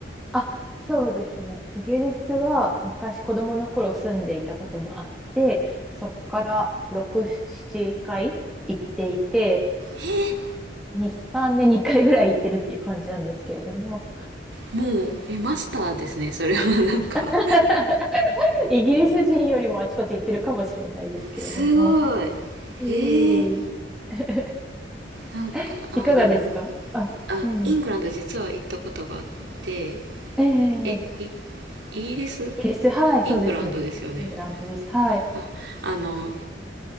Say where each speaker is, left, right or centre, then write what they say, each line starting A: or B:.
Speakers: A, in the centre; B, on the right.
A: あ、そうですね。イギリスは昔子供の頃住んでいたこともあって、そこから6、7回行っていて、
B: えー
A: 2、3年に回ぐらい行ってるっていう感じなんですけれども、
B: もう、え、マスターですね、それはなんか。
A: <laughs> イギリス人よりもあちこち行ってるかもしれないですけれども、
B: すごい。
A: いえいえ
B: ええなんか、
A: <laughs>
B: あ、
A: いかがですかあ、
B: でも、あ、
A: うん。
B: イングランド実は行ったことがあって、
A: ええ
B: え、イギリス
A: イギリス、はい、
B: イングランドですよね。
A: そうですね。イングランドです。はい。
B: あ、あの、